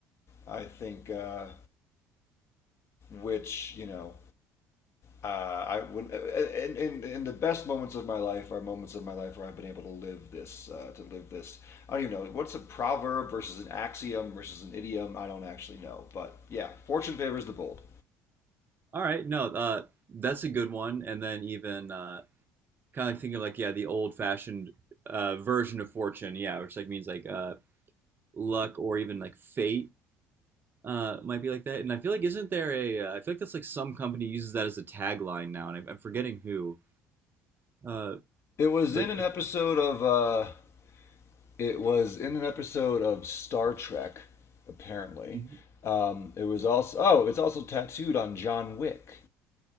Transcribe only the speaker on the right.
All right, no, uh, that's a good one. And then even uh, kind of like thinking like, yeah, the old-fashioned uh, version of fortune, yeah, which like means like uh, luck or even like fate uh might be like that. And I feel like isn't there a uh, I feel like that's like some company uses that as a tagline now, and I, I'm forgetting who. Uh,
but
like,
<laughs> mhm.